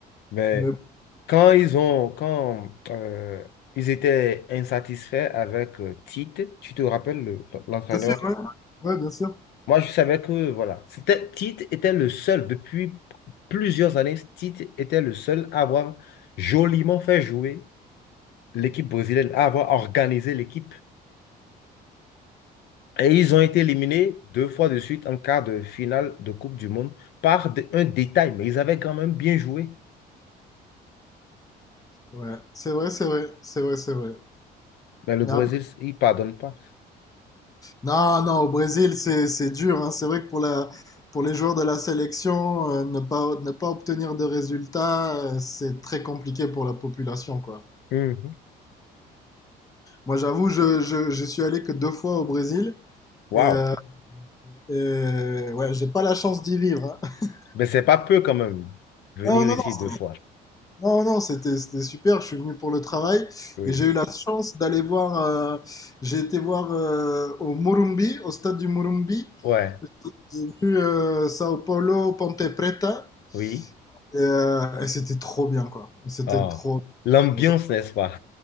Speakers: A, on the left; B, on the left.
A: Mais
B: Mais
A: quand ils ont, quand euh, ils étaient insatisfaits avec euh, Tite, tu te rappelles le- l'entraîneur
B: bien sûr, ouais. Ouais, bien sûr.
A: Moi, je savais que, voilà, c'était, Tite était le seul, depuis plusieurs années, Tite était le seul à avoir joliment fait jouer l'équipe brésilienne, à avoir organisé l'équipe. Et ils ont été éliminés deux fois de suite en quart de finale de Coupe du Monde par d- un détail, mais ils avaient quand même bien joué.
B: Ouais, c'est vrai, c'est vrai, c'est vrai, c'est vrai.
A: Mais le
B: Mais
A: Brésil,
B: après-
A: il pardonne pas.
B: Non, non, au Brésil, c'est c'est dur. hein. C'est vrai que pour la, pour les joueurs de la sélection, euh, ne pas, ne pas obtenir de résultats, euh, c'est très compliqué pour la population, quoi.
A: Mhm.
B: Moi, j'avoue, je, je, je suis allé que deux fois au Brésil et,
A: Waouh!
B: euh, et, ouais, j'ai pas la chance d'y vivre. hein. <laughs>
A: Mais c'est pas peu quand même, venir
B: Non, non,
A: ici
B: non,
A: deux fois.
B: Non, non, c'était c'était super. Je suis venu pour le travail
A: Oui.
B: et j'ai eu la chance d'aller voir. euh, j'ai été voir euh, au Morumbi, au stade du Morumbi.
A: Ouais.
B: J'ai vu euh, Sao Paulo Ponte Preta
A: Oui.
B: et, euh, et c'était trop bien, quoi. C'était
A: Ah.
B: trop. bien,
A: L'ambiance,
B: quoi. J'ai-
A: n'est-ce pas?